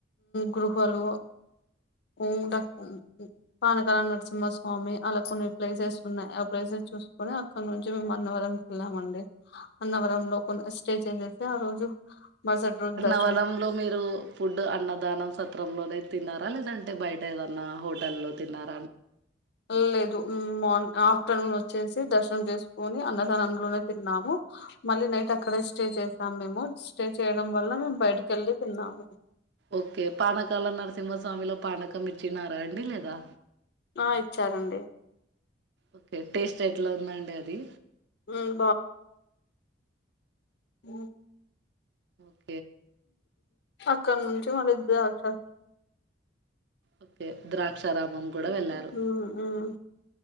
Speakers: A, on the left; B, on the right.
A: గృహలు కొండ పైకి పానకాల నరసింహస్వామి అలా కొన్ని ప్లేసెస్ ఉన్నాయి ఆ ప్లేసెస్ చూసుకుని అక్కడ నుంచి మేము అన్నవరంకి వెళ్ళాంమండి అన్నవరంలో కొన్ని స్టే చేసేసి ఆ రోజు మరుసటి రోజు దర్శ
B: పొలంలో మీరు ఫుడ్ అన్నదానం సత్రంలోనే తిన్నారా లేదంటే బయట ఏదన్నా హొట్ వల్లె తిన్నార్
A: ఎల్ల లేదు మ్మ్ బాన్ ఆఫ్టర్నూన్ వచ్చేసి దర్శం చేసు కాని అన్నదానంలోనే తిన్నాము మళ్ళీ నైట్ అక్కడే స్టే చేసాం మేము స్టే చేయడం వల్ల మేము బయటకి వెళ్ళి తిన్నాము
B: ఓకే పానకాల నరసింహస్వామిలో పానకం ఇచ్చినారా అండి లేదా
A: ఆ ఇచ్చారండి
B: ఓకే టేస్ట్ ఎట్లా ఉందండి అది
A: మ్మ్ ఓ
B: ఆ
A: అక్కడ నుంచు మలీ దాక్షా
B: ఓకే ద్రాక్షారామం కూడా వెళ్ళారు.
A: మ్మ్ మ్మ్